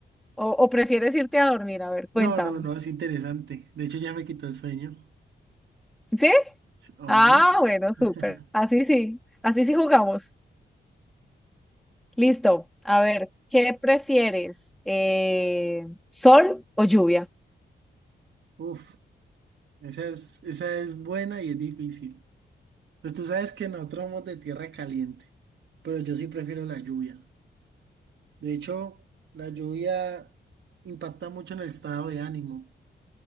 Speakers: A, in the centre; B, on the right (about 75°).
A: o, o prefieres irte a dormir? A ver, cuéntame.
B: No, no, no, es interesante. De hecho, ya me quitó el sueño.
A: ¿Sí?
B: Sí, Hombre.
A: Ah, bueno, súper.
B: <laughs>
A: Así sí. Así sí jugamos. Listo. A ver, ¿qué prefieres? Eh, ¿sol o lluvia?
B: Uf, esa es, esa es buena y es difícil. Pues tú sabes que nosotros somos de tierra caliente, pero yo sí prefiero la lluvia. De hecho, la lluvia impacta mucho en el estado de ánimo.